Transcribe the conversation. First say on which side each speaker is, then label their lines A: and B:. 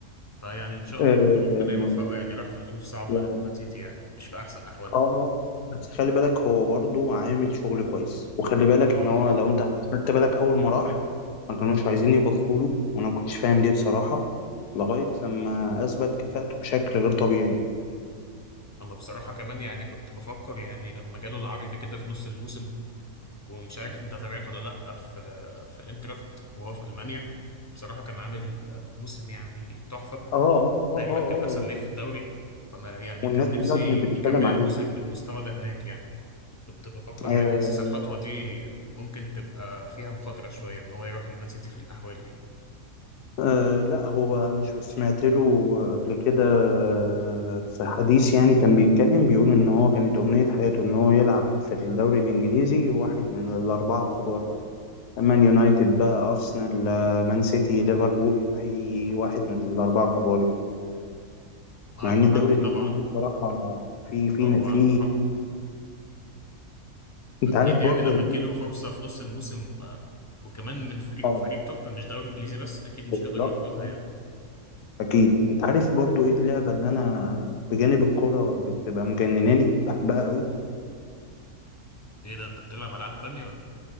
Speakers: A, on the left; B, on the left.
A: فيعني ان شاء
B: آه،
A: الله برضه ربنا يوفقه يعني راح في ظروف صعبه
B: يا
A: للمان
B: رب
A: سيتي يعني مش في احسن احوالهم
B: اه بس خلي بالك هو برضه عامل شغل كويس وخلي بالك
A: اه
B: ان هو
A: اه
B: لو انت خدت بالك اول ما راح ما كانوش عايزين يبطلوا له وانا ما كنتش فاهم ليه بصراحة لغاية لما اثبت كفاءته بشكل غير طبيعي يعني
A: انا بصراحه كمان يعني كنت بفكر يعني لما جاله العرض كده في نص الموسم ومش عارف انت تابعته ولا لا في في انتراخت وهو في المانيا بصراحه كان عامل موسم يعني تحفه
B: اه اه اه
A: تقريبا
B: اه
A: كان احسن لعيب
B: اه
A: في الدوري فانا يعني
B: والناس
A: كان نفسي
B: كلها كانت بتتكلم
A: يكمل الموسم بالمستوى ده هناك يعني كنت بفكر
B: عليه
A: يعني حاسس الخطوه دي ممكن تبقى فيها مخاطره شويه ان هو يروح المان سيتي في الاحوال دي
B: أه لا هو انا شو سمعت له قبل كده آه، في حديث يعني كان بيتكلم بيقول ان هو كانت امنية حياته ان هو يلعب في الدوري الانجليزي واحد من الاربعة الكبار بقى مان يونايتد بقى ارسنال آه، مان سيتي ليفربول اي واحد من الاربعة الكبار
A: وعنده
B: مع ان الدوري
A: حق
B: الانجليزي
A: طبعا
B: بصراحة في في
A: اه هو
B: في
A: عنده حق
B: انت
A: فاكيد
B: عارف
A: يعني
B: برضه
A: لما
B: انا
A: تجيله
B: ايه
A: فرصه في نص الموسم آه، وكمان من فريق
B: اه
A: فريق توب مش دوري انجليزي بس اكيد
B: بالظبط
A: مش هيقدر يرفضها
B: اه
A: يعني
B: اكيد انت عارف برضه ايه اللعبة اللي انا بجانب الكرة بتبقى مجنناني بحبها قوي
A: ايه ده انت بتلعب العاب تانية ولا